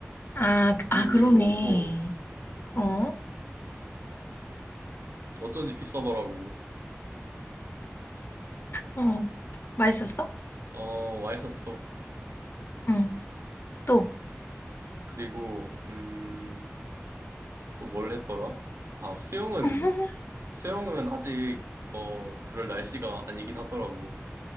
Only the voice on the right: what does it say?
조개구이를
먹었고
어쩐지 비싸더라고.
어, 맛있었어.
그리고 음, 또 뭘 했더라? 아, 수영은
수영은 아직 어, 그럴 날씨가 아니긴 하더라고.